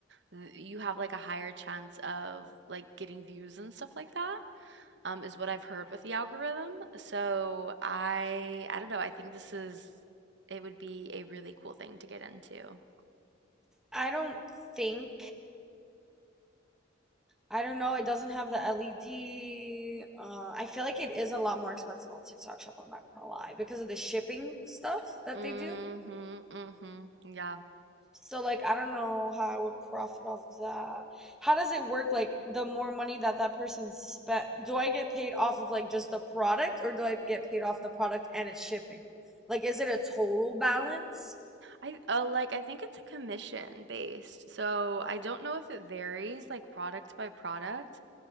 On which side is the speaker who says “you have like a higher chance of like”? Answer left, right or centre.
Right